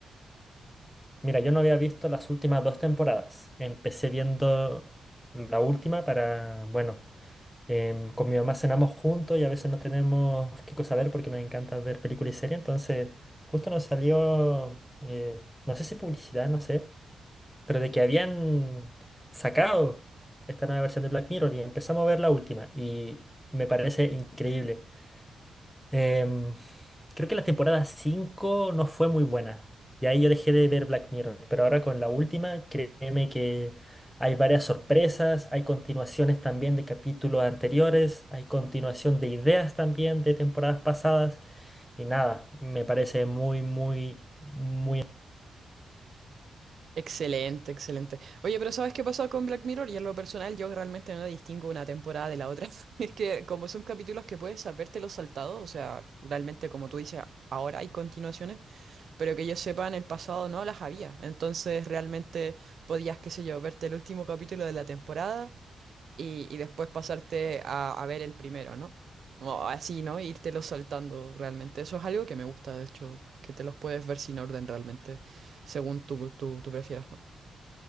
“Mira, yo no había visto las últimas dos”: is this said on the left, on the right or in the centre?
Centre